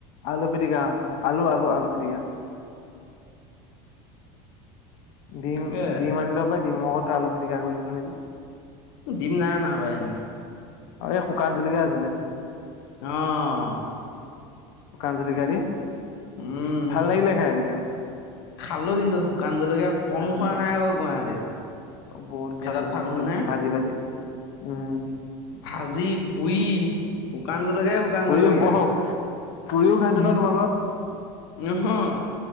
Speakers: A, on the left; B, on the left.
A: আলু পিটিকা, আলু আলু আলু পিটিকা। ডিম
B: তাকে
A: ডিম আনিলো সপাই ডিমলগত আলু পিটিকা কৰিছিলোঁ নেকি।
B: ডিম নাই অনা সেইদিনা।
A: অ এই শুকান জলকীয়া আছিলে।
B: অহ
A: শুকান জলকীয়া দি,
B: উম
A: ভাল লাগিলে খাই তেতিয়াও।
B: খালো কিন্তু শুকান জলকীয়া কম
A: খালো
B: খোৱা
A: যাব
B: নাই আকৌ গুৱাহাটীত
A: বহুত
B: সেই
A: খালোঁ,
B: তাত
A: বহুত
B: থাকোঁতেনে
A: খালোঁ, ভাজি ভাজি। উম!
B: ভাজি পুৰি। শুকান জলকীয়াই শুকান
A: পুৰিও
B: জলকীয়া।
A: বহক পুৰিও খাইছে ন তোমালোকৰ
B: নহয়